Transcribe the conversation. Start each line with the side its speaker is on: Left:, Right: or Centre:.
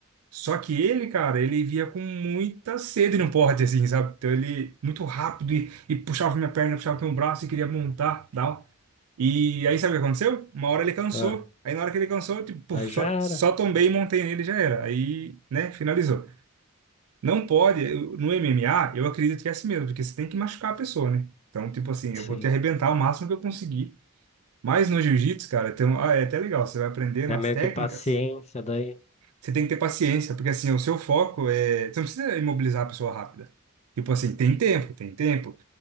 Right: Só que ele, cara, ele via com muita sede no porte, assim, sabe? Então ele, muito rápido, e, e puxava minha perna, puxava meu braço e queria montar, tal. E aí sabe o que aconteceu? Uma hora ele cansou.
Left: Ah,
Right: Aí na hora que ele cansou, eu, tipo, puf,
Left: mas
Right: só,
Left: já
Right: só
Left: era.
Right: tombei e montei nele e já era. Aí, né, finalizou. Não pode, eu- no MMA, eu acredito que é assim mesmo, porque você tem que machucar a pessoa, né? Então, tipo assim,
Left: Sim.
Right: eu vou te arrebentar o máximo que eu conseguir. Mas no jiu-jitsu, cara, tem um- ah, é até legal, você vai aprendendo
Left: É
Right: as
Left: meio
Right: técnicas,
Left: que paciência daí.
Right: você tem que ter paciência, porque assim, o seu foco é. Você não precisa imobilizar a pessoa rápida. Tipo assim, tem tempo, tem tempo.